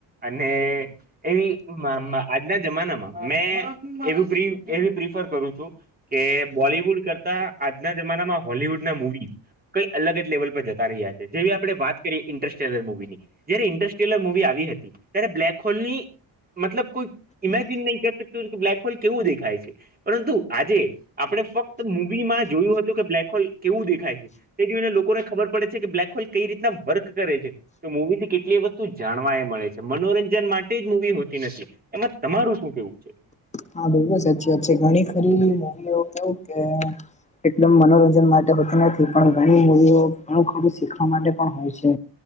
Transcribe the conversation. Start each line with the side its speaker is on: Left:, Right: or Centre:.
Right: અને એવી મા-મા આજના જમાનામાં મેં એવું પ્રિ એવી પ્રીફર કરું છું, કે બોલીવુડ કરતા આજના જમાનામાં હોલીવુડ ના મુવી કંઈ અલગ જ લેવલ પર જતા રહ્યા છે. જેવી આપણે વાત કરીએ ઇન્ટરસ્ટેલર મુવી ની જયારે ઇન્ટરસ્ટેલર મુવી આવી હતી, ત્યારે બ્લેક હોલની મતલબ કોઈ ઇમેજિન નહીં કરી શકતું, કે બ્લેક હોલ કેવું દેખાય છે. પરંતુ આજે આપણે ફક્ત મૂવીમાં જોયું હતું, કે બ્લેક હોલ કેવું દેખાય છે. તે જોઈને લોકોને ખબર પડે છે, કે બ્લેકહોલ કંઈ રીતના વર્ક કરે છે. તો મૂવી થી કેટલીય વસ્તુ જાણવાય મળે છે. મનોરંજન માટે જ મુવી હોતી નથી. એમાં તમારું શું કહેવું છે?
Left: હા બિલકુલ સાચી વાત છે. ઘણી ખરી એવી મુવીઓ કેવું કે એદમ મનોરંજન માટે હોતી નથી, પણ ઘણી મુવીઓ ઘણું ખરુ શીખવા માટે પણ હોય છે.